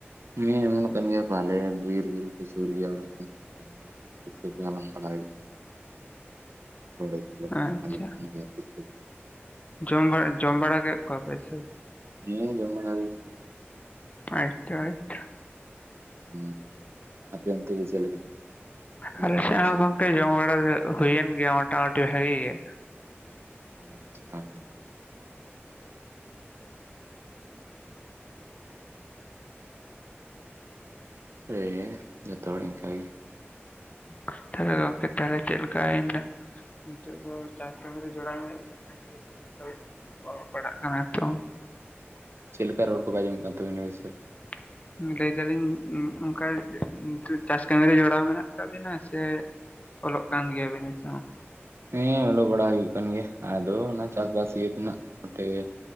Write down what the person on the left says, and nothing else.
<inaudible>
ᱟᱪᱪᱷᱟ
ᱡᱚᱢ ᱵᱟᱲᱟ ᱡᱚᱢ ᱵᱟᱲᱟ ᱠᱮᱱ ᱠᱚᱣᱟᱯᱮ ᱥᱮ?
ᱟᱪᱪᱷᱟ ᱟᱪᱪᱷᱟ᱾
ᱟᱞᱮ
ᱥᱮᱜ
ᱦᱚᱸ
ᱜᱚᱝᱠᱮ
ᱡᱚᱢ ᱵᱟᱲᱟ ᱫᱚ ᱦᱩᱭᱮᱱ ᱜᱮᱭᱟ ᱢᱳᱚᱴᱟᱢᱩᱴᱤ ᱵᱷᱟᱹᱜᱤ ᱜᱮ᱾
ᱚ ᱛᱟᱞᱮ ᱜᱚᱝᱠᱮ ᱛᱟᱮ ᱪᱮᱫ ᱞᱮᱠᱟ ᱤᱧᱫᱚ? ᱱᱤᱛᱚᱜ ᱫᱚ ᱪᱟᱥ ᱠᱟᱹᱢᱤ ᱨᱮ ᱡᱚᱲᱟᱣ <unintelligible> ᱞᱮᱱᱟ ᱚᱞᱚᱜ ᱯᱟᱲᱦᱟᱜ ᱠᱟᱱᱟ ᱛᱚ ᱾
<inaudible> ᱞᱟᱹᱭ ᱫᱟᱞᱤᱧ ᱚᱝᱠᱟ ᱪᱟᱥ ᱠᱟᱹᱢᱤ ᱨᱮ ᱡᱚᱲᱟᱣ ᱢᱮᱱᱟᱜ ᱟᱠᱟᱜ ᱵᱤᱱᱟ ᱥᱮ ᱚᱞᱚᱜ ᱠᱟᱱ ᱜᱮᱭᱟ ᱵᱤ ᱱᱤᱛᱚᱜ ᱦᱚᱸ?